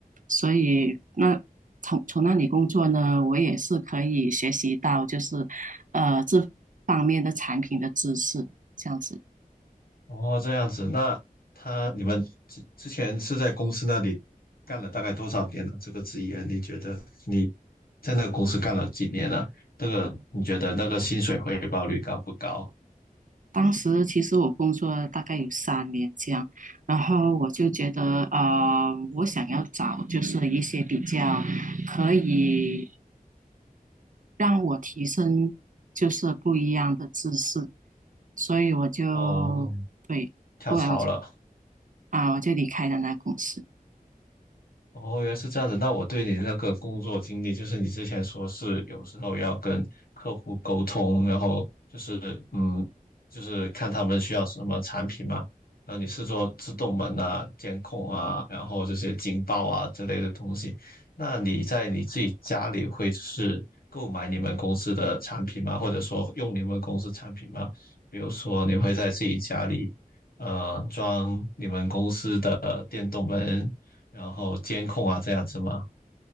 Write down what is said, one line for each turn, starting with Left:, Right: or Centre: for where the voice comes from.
Right: 所以那从从那里工作呢，我也是可以学习到就是呃这方面的产品的知识，这样子。
Left: 哦，这样子，那他你们之之前是在公司那里干了大概多少年了，这个职业，你觉得你在那个公司干了几年了？那个你觉得那个薪水回报率高不高？
Right: 当时其实我工作大概有三年这样，然后我就觉得啊，我想要找就是一些比较可以让我提升就是不一样的知识，所以我就对，
Left: 哦，跳槽了。
Right: 后来我就啊我就离开了那公司。
Left: 哦，原来是这样子。那我对你那个工作经历，就是你之前说是有时候要跟客户沟通，然后就是嗯，就是看他们需要什么产品嘛，然后你是做自动门啊、监控啊，然后这些警报啊之类的东西。那你在你自己家里会就是购买你们公司的产品吗？或者说用你们公司产品吗？比如说你会在自己家里呃装你们公司的电动门，然后监控啊这样子吗？